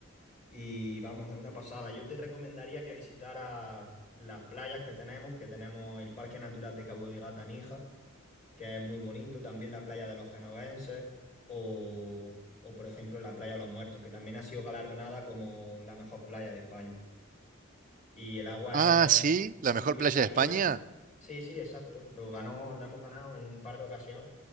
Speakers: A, on the left; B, on the right.
A: Y vamos, es una pasada. Yo te recomendaría que visitaras las playas que tenemos, que tenemos el Parque Natural de Cabo de Gata níjar que es muy bonito, también la playa de los Genovenses, o, o por ejemplo la playa de los Muertos, que también ha sido galardonada como la mejor playa de España y el agua
B: Ah,
A: es
B: sí, la
A: muy
B: mejor
A: cristalina.
B: playa de España.
A: Sí, sí, exacto. Lo ganó, lo hemos ganado en un par de ocasiones.